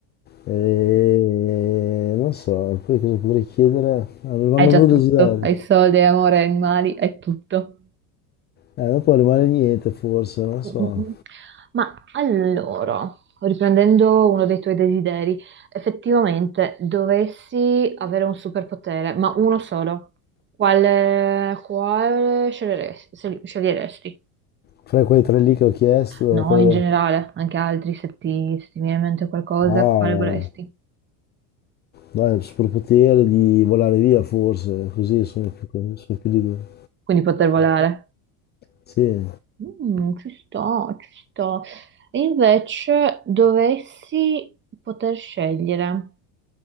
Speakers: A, on the left; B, on the right.
A: E non so, poi cosa potrei chiedere? Ah, mi rimangono
B: Hai già tutto.
A: due desideri.
B: Hai soldi, hai amore, hai animali, hai tutto.
A: Eh, dopo rimane niente forse, non so.
B: Mm, mm, mm. Ma allora, riprendendo uno dei tuoi desideri, effettivamente dovessi avere un superpotere, ma uno solo, quale, quale sceglieresti?
A: Fra quei tre lì che ho chiesto,
B: No,
A: quello
B: in generale, anche altri, se ti, se ti viene in mente qualcosa,
A: da... Ah,
B: quale vorresti?
A: dai, il superpotere di volare via forse, così sono più, sono più libero.
B: Quindi poter volare.
A: Sì,
B: Mm, ci sto, ci sto. E invece dovessi poter scegliere,